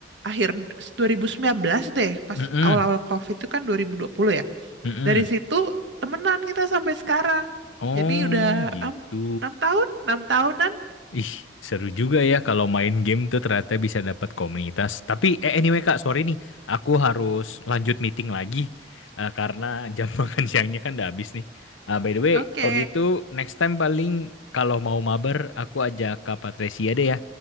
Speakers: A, on the right; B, on the left.
A: akhir 2019 deh, pas
B: mhm
A: awal-awal COVID itu kan 2020 ya.
B: mhm.
A: Dari situ temenan kita sampai sekarang.
B: Oh,
A: Jadi udah
B: gitu.
A: am- enam tahun, enam tahunan.
B: Ih, seru juga ya kalau main game tuh ternyata bisa dapat komunitas. Tapi eh, anyway Kak, sorry nih, aku harus lanjut meeting lagi eh, karena jam <laughs> makan siangnya kan udah habis nih. Ah, by the way,
A: Oke,
B: kalau gitu next time paling kalau mau mabar aku ajak Kak Patricia deh ya.